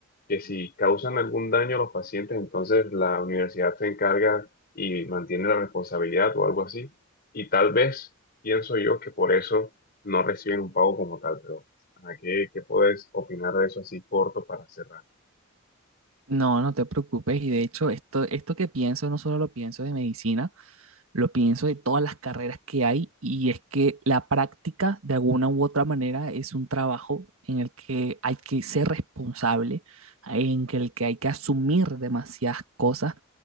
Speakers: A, on the left; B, on the right.
A: que si causan algún daño a los pacientes, entonces la universidad se encarga y mantiene la responsabilidad o algo así. Y tal vez pienso yo que por eso no reciben un pago como tal, pero ¿a qué, qué puedes opinar de eso así corto para cerrar?
B: No, no te preocupes. Y de hecho, esto, esto que pienso, no solo lo pienso de medicina, lo pienso de todas las carreras que hay. Y es que la práctica, de alguna u otra manera, es un trabajo en el que hay que ser responsable, en que el que hay que asumir demasiadas cosas